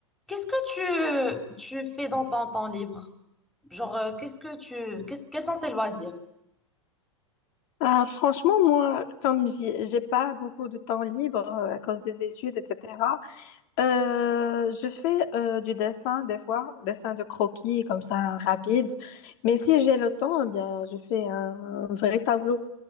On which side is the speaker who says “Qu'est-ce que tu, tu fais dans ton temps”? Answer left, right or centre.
Centre